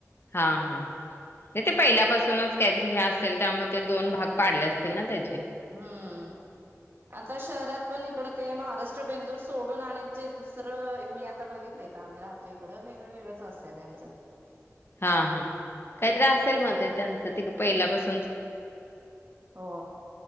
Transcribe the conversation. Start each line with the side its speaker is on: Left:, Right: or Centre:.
Left: हा हा.. नाही ते पहिल्यापासूनच काहीतरी हे असेल त्यामुळे ते दोन भाग पाडले असतील ना त्याचे.
Right: हम्म. आता शहरात पण इकडं ते महाराष्ट्र बेंदूर सोडून आणि जे दुसरं मी आता बघितलय. आम्ही राहतोय इकडे वेगळ वेगळच असतं त्यांचं.
Left: हा हा काही तर असेल मग त्यांंत त पहिल्यापासून.
Right: हो.